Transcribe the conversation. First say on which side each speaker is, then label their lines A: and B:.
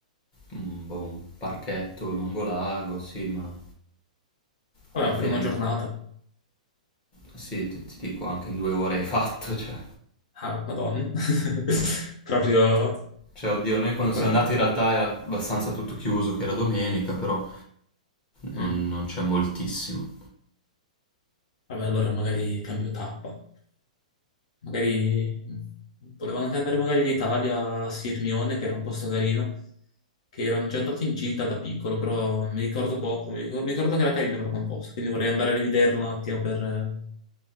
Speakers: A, on the left; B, on the left.
A: un boh, un parchetto lungo lago, sì, ma
B: Vabbè,
A: alla
B: ma
A: fine
B: per una giornata.
A: sì, ti, ti dico anche in due ore hai fatto, <laughs> cioè.
B: Ah, Madonna. <laughs> Proprio
A: Cioè, oddio, noi quando
B: piccola
A: siamo
B: piccola.
A: andati in realtà era abbastanza tutto chiuso, che era domenica, però
B: Mm.
A: non, non c'è moltissimo.
B: Vabbè, allora magari cambio tappa. Magari mh, volevo anche andare magari in Italia a Sirmione, che era un posto carino, che ero già andato in gita da piccolo, però mi ricordo poco, mi ricordo, mi ricordo che era carino però quel posto, quindi vorrei andare a rivederlo un attimo per... eh,